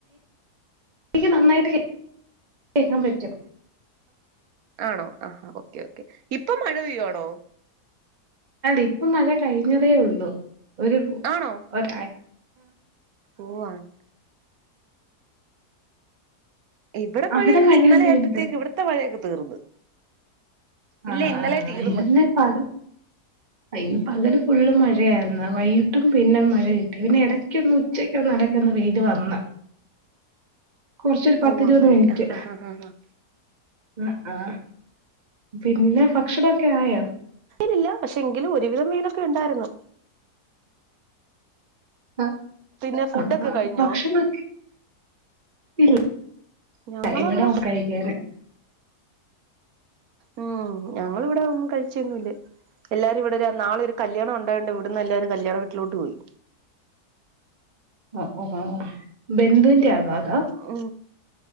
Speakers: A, on the right; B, on the right.
A: എനിക്ക് നന്നായിട്ട് കേ കേക്കാംപറ്റും
B: ആണോ ആ ഓക്കെ ഓക്കെ ഇപ്പൊ മഴ പെയ്യാണോ
A: ഇപ്പ മഴ കഴിഞ്ഞതേ ഉള്ളു ഒരു
B: ആണോ
A: ഒര
B: ഓ അങ്ങ് ഇവിടെ മഴയന്നുമല്ല
A: അവിടെ മഴയൊന്നും
B: ഇന്നലെ ആയപ്പോഴത്തേക്ക്
A: ഇല്ലേ
B: ഇവിടുത്തെ മഴയൊക്കെ തീർന്ന് ഇല്ല
A: ആഹ്
B: ഇന്നലെ
A: ആഹ്
B: തീർന്ന്
A: ഇതന്നെ പാല ഇന്ന് പകല് ഫുള്ള് മഴയായിരുന്നു വൈകിട്ടും പിന്നെ മഴ കിട്ടി പിന്നെ ഇടയ്ക്കൊന്ന് ഉച്ചക്ക് ഒ നടക്കുന്ന വെയിൽ വന്ന് കുറച്ചൊരു പത്തി
B: ഓ
A: ഇരുപത്
B: അങ്ങനെ
A: മിനിറ്റ്
B: ആഹ് ആഹ് ആഹ് ആഹ് ആഹ്
A: ആ ആ പിന്നെ ഭക്ഷണംമൊക്കെ ആയോ
B: നില്ല പക്ഷെ എങ്കിലും ഒരുവിധം മീനൊക്കെ ഉണ്ടായിരുന്നു
A: ആ
B: പിന്നെ ഫുഡൊക്കെ
A: ആ
B: കഴിഞ്ഞോ
A: ഭക്ഷണം <unintelligible>
B: ഞങ്ങളവിടെ
A: ടൈമിടാവും കഴിക്കാന്
B: ഉം ഞങ്ങിവിടെ ഒന്നും കഴിച്ചൊന്നുല്ല എല്ലാരും ഇവിടെ നാളെ ഒരു കല്യാണം ഉണ്ടായണ്ട് ഇവിടന്ന് എല്ലാരും കല്യാ വീട്ടിലോട്ട് പോയി
A: ഓ ബന്ധുവിന്റെ ആണോ അത്
B: ഓ